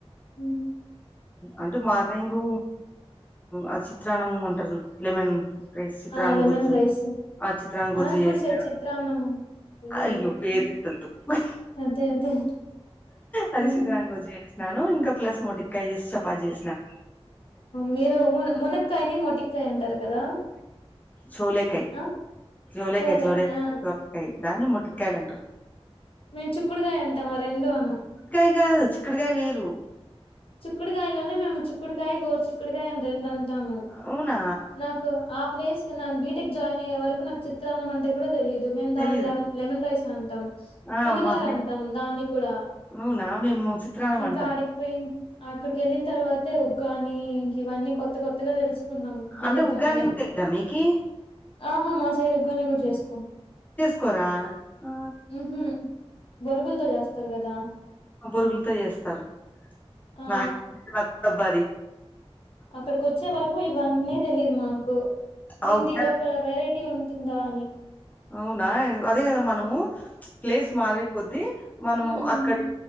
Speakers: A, on the left (about 60°); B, on the left (about 15°).
A: ఉ
B: అంటు మార్నింగు ఆ చిత్రాన్నం అంటర్ చూడు లెమన్ రైస్ చిత్రాంగ
A: ఆ! లెమన్
B: గుజ్జు
A: రైస్.
B: ఆ చిత్రాంగ గుజ్జు
A: అనంతపూర్
B: చేసిన
A: సైడ్ చిత్రాన్నమా? అయ్యయ్యో!
B: అయ్యొ ఏరిత్తాదు
A: హ్మ్.
B: హు
A: అదే అదే
B: అది
A: హ్మ్.
B: సితరాంగోజు చేసినాను ఇంకా ప్లస్ మొటికాయ చేసి చపాతి చేసినా
A: మీరు ము మునక్కాయని మోటికాయ అంటారు కదా
B: చోలేకాయ్
A: ఆ!
B: చోలేకై
A: చోలే
B: జోలేక
A: ఆ!
B: చో కాయ్ దాన్ని మొటిక్కయలు అంటారు
A: మేము చుక్కుడుగాయ అంటాం ఆ రెండు అనం
B: కాయ్ కాదు చిక్కుడికాయ వేరు
A: చిక్కుడుకాయ లోనే మేము చిక్కుడుకాయ గోరుచిక్కుడుకాయ అని రెండు అంటాము
B: అవునా
A: నాకు ఆ ప్లేస్ కి నా బీటెక్ జాయిన్ అయ్యే వరకు నాకు చిత్రాన్నం అంటే కూడా తెలీదు మేము
B: తెలీదా
A: దాని లెమన్ రైస్ అంటాం
B: ఆ
A: పులిహోర
B: మా సైడ్
A: అంటాం దాన్ని కూడా
B: అవునా మేము చిత్రాన్నం
A: ఇంకా
B: అంటాం
A: ఆడ పోయి అక్కడికి వెళ్ళిన తర్వాతే ఉగ్గాని ఇం ఇవన్నీ కొత్త కొత్తగా తెలుసుకున్నాం బీటెక్
B: అంటే ఉగ్గాని
A: జాయిన్ అయినాక
B: కూడా తెలీదా మీకి
A: ఆహా మా ఉగ్గాని కూడా చేసుకోమ్
B: చేసుకోరా ఆ
A: ఊహు బరుగులుతో చేస్తారు కదా
B: బురుగులతో చేస్తారు
A: ఆ!
B: నా డబ్బది
A: అక్కడికి వచ్చే వరకు ఇవన్నీ తెలీయదు మాకు
B: ఆ
A: ఏంది
B: ఉగ్గాని
A: ఇదొక్క వెరైటీ ఇది ఉంటుందా అని
B: అవునా అదే కదా మనము ప్లేస్ మారే కొద్దీ మనము
A: హ్మ్.
B: అక్కడి